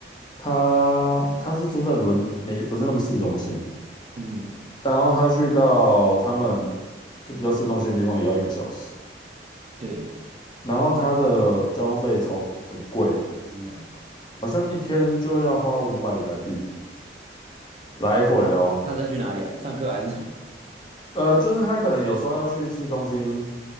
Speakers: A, on the left; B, on the right.
A: 他他是住在伦敦，没不是那么市中心，
B: 嗯，
A: 然后他去到他们就比较市中心的地方也要一个小时，
B: 对，
A: 然后他的交通费超很贵，
B: 真的。
A: 好像一天就要花五百台币来回哦。
B: 下次要去哪里啊？上课还是什么？
A: 呃，就是他可能有时候要去市中心